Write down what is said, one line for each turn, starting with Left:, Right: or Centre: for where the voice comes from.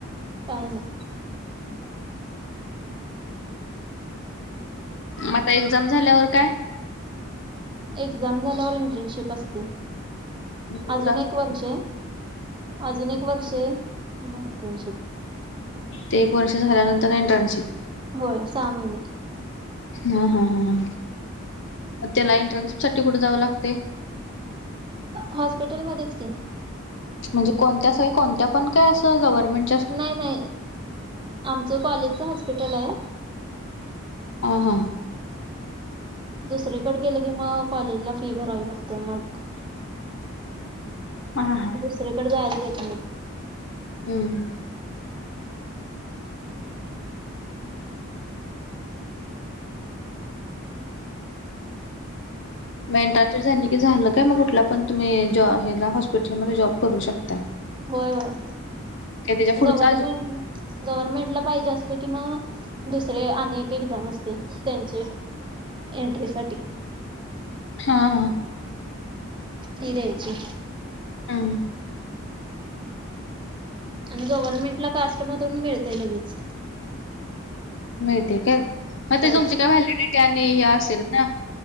Right: काय नाय.
Left: म आता एक्झाम झाल्यावर काय?
Right: एक्झाम झाल्यावर इंटर्नशिप असते,
Left: मग ते कुठं
Right: अजून
Left: असं
Right: एक वर्षये. अजून एक वर्ष आहे, म इंटर्नशिप.
Left: ते एक वर्ष झाल्यानंतर इंटर्नशिप.
Right: होय सहा महिने.
Left: हा हा हा, त्याला एंट्रन्शिप साठी कुठ जावं लागतय?
Right: हॉस्पिटलमध्येच की.
Left: म्हणजे कोणत्या सोय कोणत्या पण काय असं गव्हर्मेंट.
Right: नाही नाही, आमचं कॉलेजच हॉस्पिटल हाय.
Left: अ हां
Right: दुसरेकडे गेलं की मग कॉलेजला फी भरावी लागते मग
Left: हा
Right: दुसरेकडे जायला देत नाही
Left: हम्म मेंटा झाली की झालं काय मग कुठला पण तुम्ही जॉला हॉस्पिटलमध्येध्ये जॉब करू शकता
Right: होय होय
Left: काय त्याच्या पुढचा
Right: गव्हर्मेंट
Left: अजून
Right: गव्हर्नमेंटला पाहिजे असलं कि मग दुसरे आणि एक एक्झाम असते त्यांचे एंट्रीसाठीठी
Left: हा हा
Right: तीरची
Left: हां
Right: आणि गव्हर्नमेंट ला कास्टमधून मिळतंय लगेच
Left: मिळते का मग ते
Right: होय
Left: तुमची काय व्हॅलिडिटी आणि हे असेल ना